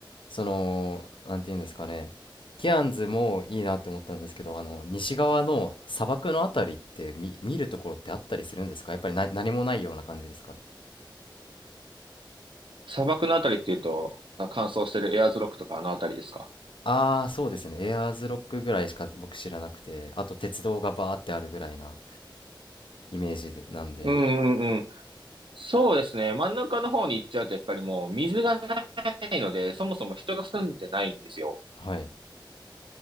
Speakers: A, on the left; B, on the right.
A: その、なんていうんですかね、ケアンズもいいなって思ったんですけど、あの、西側の砂漠のあたりって見、見るところってあったりするんですかやっぱりな何もないような感じですかね。
B: 砂漠のあたりっていうと、あ乾燥してるエアーズロックとかあのあたりですか
A: ああ、そうですね。エアーズロックぐらいしか僕知らなくて、あと鉄道がバーってあるぐらいなイメージでなんで、
B: うんうんそうですね。真ん中の方に行っちゃうと、やっぱりもう水がないので、そもそも人が住んでないんですよ。
A: はい。